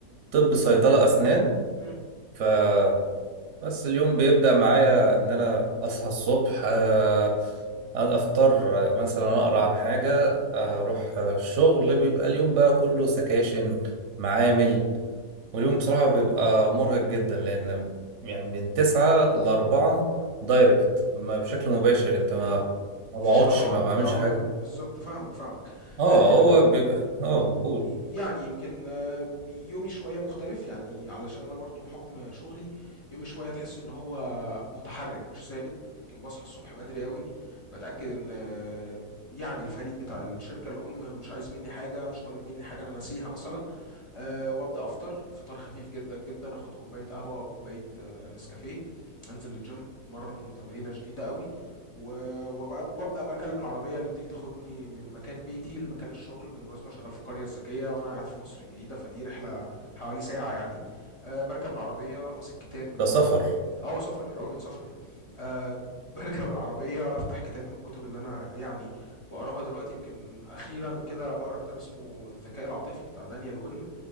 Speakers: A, on the right; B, on the left.
A: طب
B: ما
A: صيدلة
B: شاء الله
A: أسنان
B: مم.
A: فبس اليوم بيبدأ معايا إن أنا أصحى الصبح آه، أفطر آه، مثلا أقرأ عن حاجة آه،
B: مم.
A: أروح آه، الشغل بيبقى اليوم بقى كله سكاشن معامل واليوم بصراحة بيبقى مرهق جدا لأن يعني من تسعة لأربعة دايركت ما بشكل مباشر أنت
B: مم.
A: ما ما
B: في
A: بقعدش
B: شروحات
A: ما بعملش
B: اه
A: حاجة
B: ما- بالظبط فاهمك فاهمك
A: اه
B: آه
A: هو بيبقى اه قول
B: يعني يمكن آه، يومي شوية مختلف يعني علشان أنا برضو بحكم شغلي يومي شوية تحس إن هو متحرك مش ثابت يمكن بصحى الصبح بدري قوي بتأكد إن آه، يعني الفريق بتاع الشركة الأم مش عايز مني حاجة مش طالب مني حاجة أنا ناسيها مثلا أه وأبدأ أفطر فطار خفيف جدا جدا أخد كوباية قهوة أو كوباية آه، نسكافيه أنزل الجيم أتمرن تمرينة شديدة قوي و- وبقى- وابدا بقى اكلم العربيه اللي بتيجي تاخدني من مكان بيتي لمكان الشغل بالمناسبه أنا شغال في القريه الذكيه وانا قاعد في مصر الجديده فدي رحله حوالي ساعه يعني أه بركب العربيه امسك كتاب من الكتب
A: ده سفر
B: اه سفر يا راجل سفر أه <laughs> بركب العربيه افتح كتاب من الكتب اللي انا يعني بقراها دلوقتي يمكن اخيرا كده بقرا كتاب اسمه الذكاء العاطفي بتاع دانيال جولمن